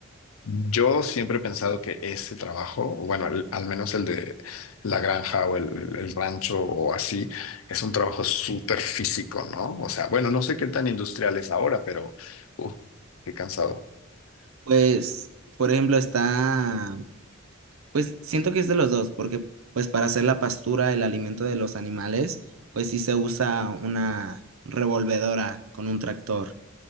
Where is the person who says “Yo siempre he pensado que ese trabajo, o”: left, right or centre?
Left